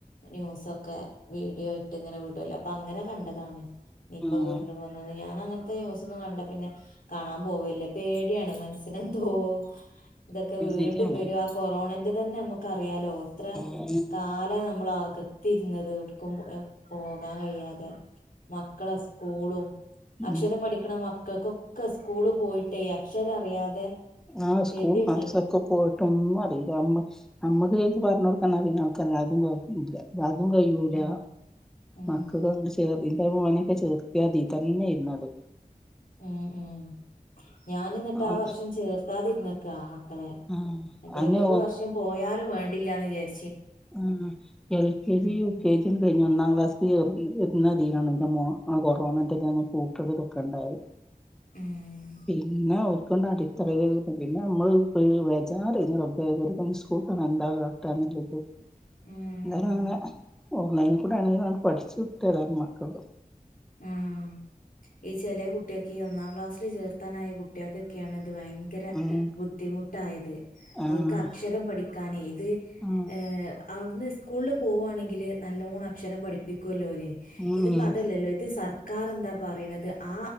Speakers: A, on the left; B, in the centre.
A: ന്യൂസൊക്കെ വീഡിയോട്ട് ഇങ്ങനെ വീടോല്ലൊ അപ്പൊ അങ്ങനെ കണ്ടതാണ് നിപ്പ
B: ആഹ്
A: വീണ്ടും വന്നുന്ന് ഞാൻ അങ്ങൻത്തെ ന്യൂസൊന്നും കണ്ട പിന്നെ കാണാൻ പോവല്ല പേട്യാണ് മൻസ്സിന് തോ ഇതൊക്കെ വീണ്ടും
B: ശരിയാണ്
A: വരും ആ കൊറോണന്റതെന്നെമക്കറിയാലോ ത്ര
B: ആഹ്
A: കാല നമ്മള് അകത്തിരുന്നത് എടുക്കും പോകാൻ കയ്യാതെ മക്കളെ സ്കൂളും
B: ഉം
A: അക്ഷരം പഠിക്കിണ മക്കൾക്കൊക്കെ സ്കൂള് പോയിട്ടേ അക്ഷരം അറിയാതെ
B: ആ സ്കൂൾ
A: കെതിട്ട്ണ്
B: <unintelligible> പൊ ട്ടൊന്നും അറീല്ല അമ്മ അമ്മക്ക് ശരിക്ക് പർഞ്ഞൊടുക്കാൻ അറീണ ആൾക്കാര അതും കൊയ്പ്പല്ല അതും കയ്യൂല
A: ഉം ഉം
B: മക്കൾ അങ്ങ ചേ ഇന്റെ മോനെക്കെ ചേർത്ത്യാതീ തന്ന്യാരുന്നു അത്
A: ഉംഉം ഞാനിന്നിട്ട്
B: ആഹ്
A: ആ വർഷം ചേർത്താതിര്ന്നക്കാ കളെ
B: ആഹ്
A: എന്നിട്ട്
B: അയിന്
A: ഓരോരു വർഷം പോയാലും വേണ്ടില്ലാന്ന്ചാരി
B: ഉം എൽ കെ
A: ഉം
B: ജി യു കെ ജി കഴി ഒന്നാം ക്ലാസ്ൽ ചെർന്നതിനാണ് ന്റെ മോ കൊറോണന്റെൊക്ക പൂട്ടൊക്കെ തൊക്കെ ഉണ്ടായത്
A: ഉം
B: പിന്നെ ഒ അടിറ പിന്നെ നമ്മള് പ് ബേജാറാനി റബ്ബേ കൊല്ലം സ്കൂൾക് എന്താട് കാട്ടാ <unintelligible>
A: ഉം
B: ഇങ്ങനെ
A: ഉം
B: ആണേ ഓൺലൈനിൽ കൂടെ ആണെങ്കിലും പഠിച്ചു കിട്ടി മക്കൾ
A: ഉം ഈ ചെല്ലേ കുട്ടിയൊക്കെ ഈ ഒന്നാം ക്ലാസ്സില് ചേർത്താനായ കുട്ടിയൊക്കെ ക്യാണ്ഭയങ്കര
B: ഉം
A: ബുദ്ധിമുട്ടായത്
B: ആഹ്
A: അവക്ക് അക്ഷരം പഠിക്കാനെ അത്
B: ആഹ്
A: എ അവിടുന്ന് സ്കൂളിൽ പോകുവാണെങ്കിൽ നല്ലവോണം അക്ഷരം പഠിപ്പിക്കുല്ലോ ഓല്
B: ഉം
A: ഇതിപ്പോ
B: ഉം
A: അതല്ലല്ലോ ഇത് സർക്കാർ എന്താ പറയുണത് ആ